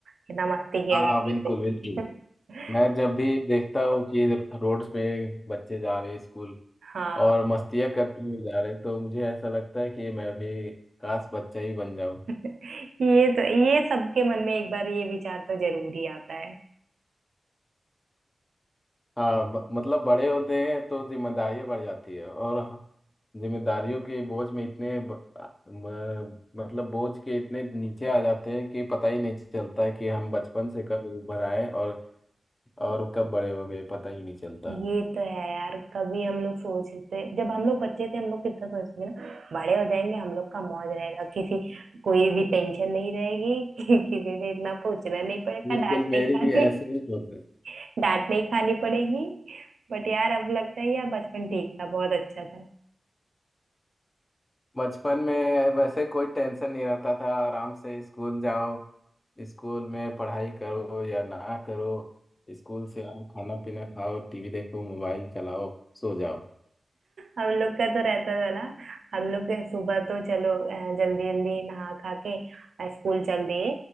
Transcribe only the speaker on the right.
कितना मस्ती किया
करते
थे
<laughs>
हाँ
ये तो ये सबके मन में एक बार ये विचार तो जरूर ही आता
है
ये तो है यार कभी हम लोग सोचते जब हम लोग बच्चे थे हम लोग कितना सोचते थे ना बड़े हो जाएंगे हम लोग का मौज रहेगा किसी कोई भी टेंशन नहीं रहेगी कि, किसी से इतना पूछना नहीं पड़ेगा
डांट नहीं
खानी
<laughs> डांट नहीं खानी पड़ेगी बट यार अब लगता है यार बचपन ठीक था बहुत अच्छा था
हम लोग का तो रहता था ना हम लोग के सुबह तो चलो जल्दी जल्दी नहा खा के अ, स्कूल चल दिए